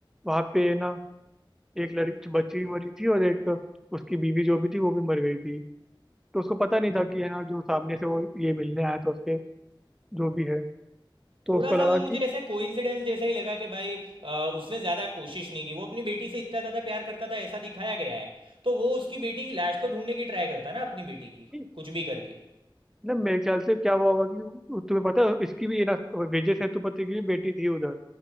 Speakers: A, in the centre; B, on the right.
A: वहां पे ना एक लड़की बच्ची भी मरी थी और एक उसकी बीवी जो भी थी वो भी मर गई थी तो उसको पता नहीं था कि है ना जो सामने से वो ये मिलने आया था उसके जो भी है तो
B: थोड़ा
A: उसको
B: सा
A: लगा
B: वो मुझे ऐसे कोइंसिडेंस जैसा ही लगा कि भाई अ, उसने ज़्यादा कोशिश नहीं की वो अपनी बेटी से इतना ज़्यादा प्यार करता था ऐसा दिखाया गया है तो वो उसकी बेटी की लाश तो ढूंढने की ट्राई करता ना अपनी बेटी की
A: कि
B: कुछ भी करके
A: ना मेरे ख्याल से क्या हुआ होगा कि वो- तुम्हें पता है इसकी भी ये ना विजय सेतुपति की भी बेटी थी उधर